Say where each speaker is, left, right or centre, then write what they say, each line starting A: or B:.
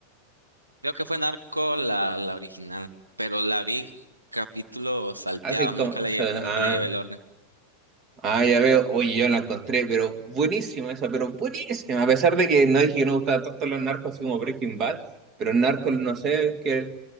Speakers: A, on the right; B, on the right.
A: Creo que fue Narco la, la original, pero la vi capítulos salteados,
B: Así como,
A: nunca
B: o
A: la
B: sea,
A: llevé, nunca
B: ah,
A: le llevé el orden.
B: ah, ya veo, oye, yo la encontré, pero buenísima esa, pero buenísima. A pesar de que no dije que no me gustaba tanto los narcos así como Breaking Bad, pero Narco, no sé, que